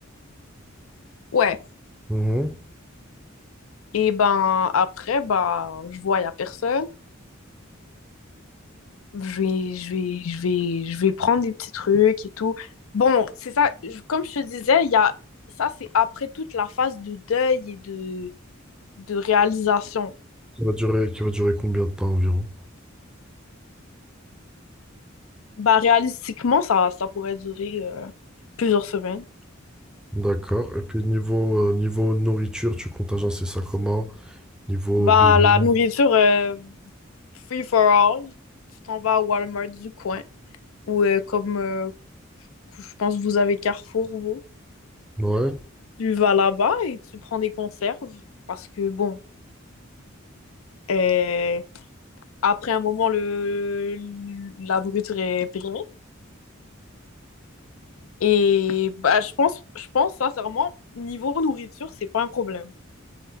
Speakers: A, on the left; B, in the centre.
A: Ouais.
B: Mhm.
A: Et ben après, ben, je vois, il y a personne. Je vais, je vais, je vais, je vais prendre des petits trucs et tout. Bon, c'est ça, je- comme je te disais, il y a... ça, c'est après toute la phase de deuil et de, de réalisation.
B: Ça va durer, qui va durer combien de temps environ?
A: Ben, réalistiquement, ça, ça pourrait durer euh, plusieurs semaines.
B: D'accord. Et puis niveau, euh, niveau nourriture, tu comptes agencer ça comment? Niveau
A: Ben,
B: doudou.
A: la nourriture, euh, free for all, tu t'en vas à Walmart du coin ou euh, comme euh, je pense que vous avez Carrefour, vous.
B: Ouais,
A: Tu vas là-bas et tu prends des conserves parce que bon, euh, après un moment, le, la nourriture est périmée. Et bah, je pense, je pense sincèrement, niveau nourriture, c'est pas un problème.